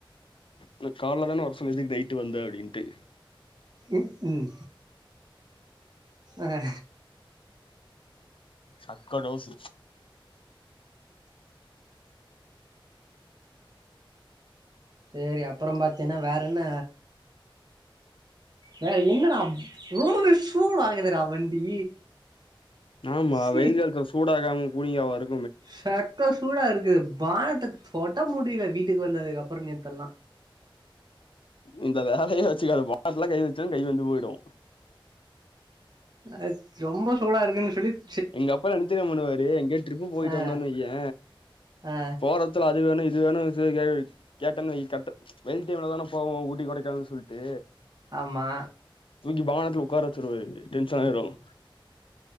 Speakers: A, on the left; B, on the right.
A: உன்ன கால்ல தான வர சொன்ன எதுக்கு நையிட்டு வந்த அப்டின்ட்டு
B: ம் ம் அ
A: சக்க டோசு
B: செரி அப்புறம் பாத்தீன்னா வேறென்ன வேற என்னடா அப் ரொம்பவே சூடாகுதுடா வண்டி
A: ஆமா
B: சி
A: வெயில் காலத்துல சூடாகாம் கூலிங்காவா இருக்
B: சக்க சூடா இருக் கிது பானத்த தொட முடில வீட்டுக்கு வந்ததுக்கு அப்பறோ நேத்தல்லா
A: இந்த வேலயே வச்சுக்காத <unintelligible> கை வச்ச கை வெந்து போயிடூ
B: அ ரொம்ப சூடா இருக்குன்னு சொல்லித்
A: எங்க அப்பாலா என்ன தெரியுமா பண்ணுவாரு எங்கயவுது ட்ரிப்பு போயிட்டு
B: ஆ
A: வந்தோன்னு வையே
B: ஆ
A: போறத்துல அதுவேணு இது வேணு <unintelligible> கேட்டேன்னு வை கட்ட வெயில் டைம்ல தானே போவோ ஊட்டி கொடைக்கானல் சொல்ட்டு
B: ஆமா
A: தூக்கி பவனத்துல உக்கார வச் துருவாரு டென்ஷன் ஆயிரும்